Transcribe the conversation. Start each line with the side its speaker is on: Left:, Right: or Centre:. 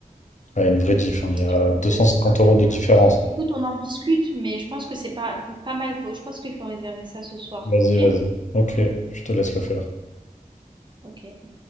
Left: Ouais, Il y a une vraie diff, hein. Il y a
Right: Je trouve
Left: deux
Right: que
Left: cent
Right: c'est
Left: cinquante
Right: quand même.
Left: euros de
Right: euh,
Left: différence.
Right: Écoute, on en rediscute, mais je pense que c'est pas, pas mal. Faut- Je pense qu'il faut réserver ça ce soir,
Left: Vas-y,
Right: ok?
Left: vas-y. Ok, je te laisse le faire.
Right: Ok.